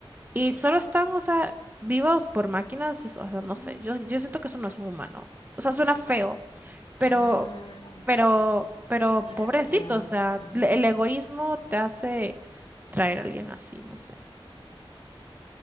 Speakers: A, on the right; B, on the left.
A: y solo están, o sea, vivos por máquinas, es- o sea,
B: ujú.
A: no sé, yo, yo siento que eso no es un humano, o sea, suena feo, pero,
B: Ah,
A: pero, pero
B: claro,
A: pobrecito,
B: claro.
A: o sea,
B: ujú,
A: le- el egoísmo te hace traer a alguien así, no sé.